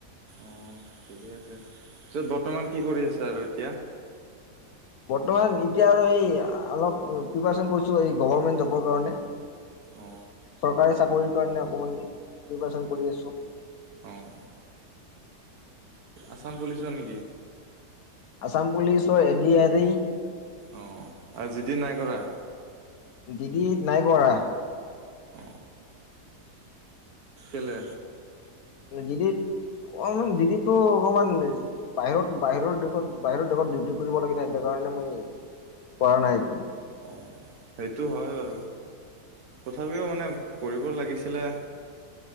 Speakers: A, on the right; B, on the left.
A: অ', ঠিকে আছে পিছত বৰ্তমান কি কৰি আছে আৰু এতিয়া?
B: বৰ্তমান এতিয়া আৰু এই অলপ প্ৰিপেৰেচন কৰিছোঁ এই গৰ্ভমেণ্ট জবৰ কাৰণে।
A: অ
B: চৰকাৰী চাকৰিৰ কাৰণে অকমান প্ৰিপেৰেচন কৰি আছোঁ।
A: অ'। আছাম পুলিচৰ নেকি?
B: আসাম পুলিচৰ, এ ডি আৰি।
A: অ', আৰু জিদি নাই কৰা।
B: জিদি নাই কৰা।
A: অ কেলে?
B: জিদিত অমান জিদিতো অকমান বাহিৰত বাহিৰৰ দেশত বাহিৰৰ দেশত ডিউটি কৰিব লাগে নাই এটো কাৰণে মই পৰা নাই একো।
A: অ', সেইটো হয় বাৰু তথাপিও মানে কৰিব লাগিছিলে।